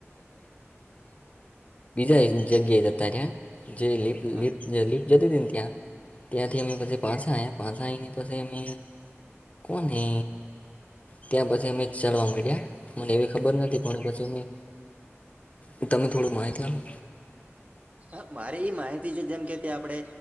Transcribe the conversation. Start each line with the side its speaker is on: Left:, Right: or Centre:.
Left: <unintelligible> બીજા એક જગ્યાએ જતા રહ્યા જે લિપ જતી
Right: હા
Left: હતીને ત્યાં ત્યાંથી અમે પછા આવયા પાસા આવીઈને પછી અમે કોને ત્યાં પછી અમે ચાલવા મળ્યા મને એવી ખબર નથી પણ પછી એ તમે થોડું માહિતી આપો
Right: હ મારે એ માહિતી છે જેમ કે તે આપડે